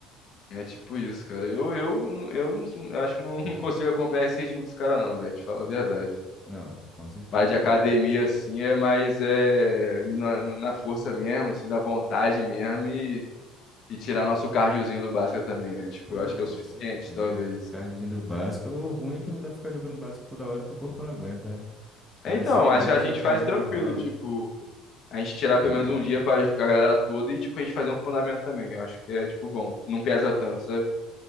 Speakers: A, on the left; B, in the centre.
A: É tipo isso, cara. Eu, eu, não- eu, não- eu acho que não <laughs> consigo acompanhar esse ritmo dos caras, não, velho. Te falar a verdade.
B: Não, com certeza
A: Parte de
B: não,
A: academia,
B: pô.
A: assim, é mais é, ir na, na força mesmo, assim, da vontade mesmo e, e tirar nosso cardiozinho do Basca também, né? Tipo,
B: Pô,
A: eu acho que é o
B: com
A: suficiente,
B: certeza.
A: talvez.
B: Cardzinho do Basca, o ruim é que não dá pra ficar jogando Basca toda hora que o corpo não aguenta, né? Mas
A: É, Então,
B: se
A: acho
B: não,
A: que a
B: eu
A: gente
B: jogaria
A: faz tranquilo,
B: vários.
A: tipo, a gente tirar pelo
B: É.
A: menos um dia pra a galera toda e, tipo, a gente fazer um fundamento também. Eu acho que é, tipo, bom, não pesa tanto, sabe?